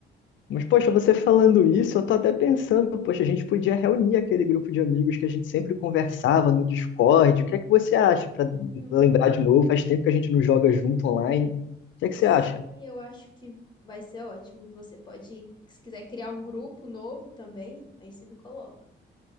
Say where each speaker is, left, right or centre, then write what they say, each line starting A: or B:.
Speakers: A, on the left (about 70°); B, on the left (about 20°).
A: Mas, poxa, você falando isso, eu tô até pensando, poxa, a gente podia reunir aquele grupo de amigos que a gente sempre conversava no Discord. O que é que você acha para
B: Hum.
A: lembrar de novo? Faz tempo que a gente não joga junto online. O que é que você
B: Sim,
A: acha?
B: eu acho que vai ser ótimo. Você pode, se quiser criar um grupo novo também, aí você me coloca.